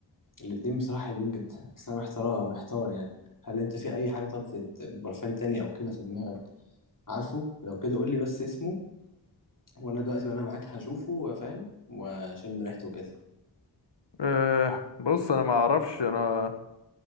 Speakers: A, on the left (about 45°); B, on the left (about 65°).
A: الاتنين بصراحة حلوين جدا بس أنا محتار محتار يعني هل أنت في أي حاجة طب في برفان تاني أو كده في دماغك عارفه لو كده قول لي بس اسمه وأنا دلوقتي وأنا معاك هشوفه فاهم وأشم ريحته كده
B: آه بص انا ما اعرفش انا